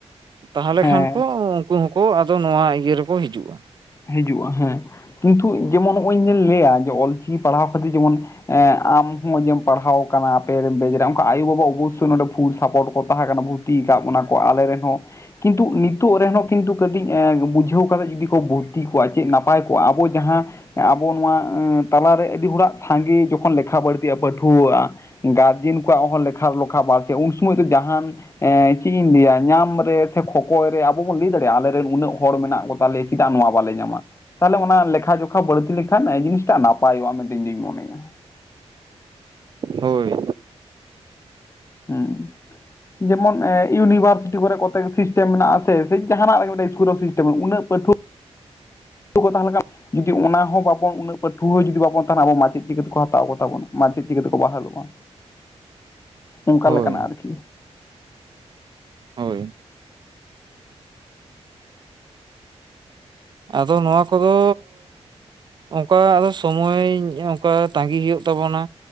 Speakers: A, on the right (about 40°); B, on the left (about 25°).
A: ᱛᱟᱦᱞᱮ
B: ᱦᱮᱸ
A: ᱠᱷᱟᱱ ᱠᱚ ᱩᱝ ᱩᱱᱠᱩ ᱟᱫᱚ ᱱᱚᱣᱟ ᱤᱭᱟᱹ ᱨᱮᱠᱚ ᱦᱤᱡᱩᱜᱼᱟ ᱾
B: ᱦᱤᱡᱩᱜᱼᱟ ᱦᱮᱸ ᱠᱤᱱᱛᱩ ᱡᱮᱢᱚᱱ ᱱᱚᱸᱜᱼᱚᱭ ᱞᱟᱹᱭᱟ ᱚᱞᱤ ᱠᱤ ᱯᱟᱲᱦᱟᱣ ᱠᱷᱟᱹᱛᱤᱨ ᱡᱮᱢᱚᱱ ᱮ ᱟᱢ ᱱᱚᱸᱜᱼᱚᱭ ᱡᱮᱢ ᱯᱟᱲᱦᱟᱣ ᱠᱟᱱᱟ ᱟᱯᱮ ᱵᱮᱡᱨᱮᱨᱮᱱ ᱚᱱᱠᱟ ᱟᱭᱳᱼᱵᱟ ᱚᱵᱚᱥᱳ ᱱᱚᱸᱰᱮ ᱯᱷᱩᱞ ᱥᱟᱯᱚᱴ ᱠᱚ ᱛᱟᱦᱮᱸ ᱠᱟᱱᱟ ᱵᱷᱩ ᱛᱤ ᱠᱟᱜ ᱵᱚᱱᱟ ᱠᱚ ᱵᱚᱱᱟ ᱠᱚ ᱟᱞᱮ ᱨᱮᱱᱦᱚᱸ ᱠᱤᱱᱛᱩ ᱱᱤᱛᱚᱜ ᱨᱮᱦᱚᱸ ᱠᱤᱱᱛᱩ ᱠᱟᱹᱴᱤᱡ ᱵᱩᱡᱷᱟᱹᱣ ᱠᱟᱫᱟ ᱡᱩᱫᱤ ᱠᱚ ᱵᱩ ᱛᱤ ᱠᱚᱜᱼᱟ ᱪᱮᱫ ᱱᱟᱯᱟᱭ ᱠᱚᱜᱼᱟ ᱟᱵᱚ ᱡᱟᱦᱟᱸ ᱟᱵᱚ ᱱᱚᱣᱟ ᱛᱟᱞᱟᱨᱮ ᱟᱹᱰᱤ ᱦᱚᱲᱟᱜ ᱥᱟᱸᱜᱮ ᱡᱚᱠᱷᱚᱱ ᱞᱮᱠᱷᱟ ᱵᱟᱹᱲᱛᱤᱜᱼᱟ ᱯᱟᱹᱴᱷᱩᱣᱟᱹᱣᱟᱜ ᱜᱟᱨᱡᱮᱱ ᱠᱚᱣᱟᱜ ᱦᱚᱸ ᱞᱮᱠᱷᱟ ᱞᱚᱠᱷᱟ ᱵᱟᱨᱛᱤᱜᱼᱟ ᱩᱱ ᱥᱚᱢᱚᱭ ᱫᱚ ᱡᱟᱦᱟᱸᱱ ᱮᱸ ᱪᱮᱫ ᱤᱧ ᱞᱟᱹᱭᱟ ᱧᱟᱢ ᱨᱮ ᱥᱮ ᱠᱷᱚᱠᱚᱭ ᱨᱮ ᱟᱵᱚ ᱵᱚᱱ ᱞᱟᱹᱭ ᱫᱟᱲᱮᱭᱟᱜᱼᱟ ᱟᱞᱮᱨᱮ ᱨᱮᱱ ᱩᱱᱟᱹᱜ ᱦᱚᱲ ᱢᱮᱱᱟᱜ ᱠᱚ ᱛᱟᱞᱮ ᱪᱮᱫᱟᱜ ᱱᱚᱶᱟ ᱵᱟᱞᱮ ᱧᱟᱢᱟ ᱛᱟᱦᱚᱞᱮ ᱚᱱᱟ ᱞᱮᱠᱷᱟ ᱡᱚᱠᱷᱟ ᱵᱟᱹᱲᱛᱤ ᱞᱮᱠᱷᱟᱱ ᱡᱤᱱᱤᱥᱴᱟᱜ ᱱᱟᱯᱟᱭᱚᱜᱼᱟ ᱢᱮᱱᱛᱮ ᱤᱧᱫᱩᱧ ᱢᱚᱱᱮᱭᱟ᱾
A: ᱦᱳᱭ᱾
B: ᱦᱩᱸ᱾ ᱡᱮᱢᱚᱱ ᱤᱭᱩᱱᱤᱵᱷᱟᱨᱥᱤᱴᱤ ᱠᱚᱨᱮ ᱠᱚᱛᱮ ᱥᱤᱥᱴᱮᱢ ᱢᱮᱱᱟᱜᱼᱟᱥᱮ ᱥᱮ ᱡᱟᱦᱟᱸᱱᱟᱜ ᱨᱮ ᱢᱤᱫᱴᱮᱡ ᱤᱥᱠᱩᱞ ᱨᱮ ᱥᱤᱥᱴᱮᱢ ᱢᱮᱱᱟᱜᱼᱟ ᱩᱱᱟᱹᱜ ᱯᱟᱹᱴᱷᱩᱣᱟᱹ ᱠᱚ ᱛᱟᱦᱮᱸ ᱞᱮᱱᱠᱷᱟᱱ ᱡᱩᱫᱤ ᱚᱱᱟ ᱦᱚᱸ ᱵᱟᱵᱚᱱ ᱩᱱᱟᱹᱜ ᱯᱟᱹᱴᱷᱩᱟᱹ ᱡᱩᱫᱤ ᱵᱟᱵᱚᱱ ᱛᱟᱦᱮᱸᱱᱟ ᱟᱵᱚ ᱢᱟᱪᱮᱫ ᱪᱤᱠᱟᱹ ᱠᱚ ᱦᱟᱛᱟᱣ ᱠᱚ ᱛᱟᱵᱚᱱ ᱢᱟᱪᱮᱫ ᱪᱤᱠᱟᱹᱛᱮᱠᱚ ᱵᱟᱦᱟᱞᱚᱜᱼᱟ? ᱚᱱᱠᱟ
A: ᱦᱳᱭ
B: ᱞᱮᱠᱟᱱᱟᱜ ᱟᱨᱠᱤ
A: ᱦᱳᱭ᱾ ᱟᱫᱚ ᱱᱚᱣᱟ ᱠᱚᱫᱚ ᱚᱱᱠᱟ ᱟᱫᱚ ᱥᱚᱢᱚᱭ ᱚᱱᱠᱟ ᱛᱟᱸᱜᱤ ᱦᱩᱭᱩᱜ ᱛᱟᱵᱚᱱᱟ᱾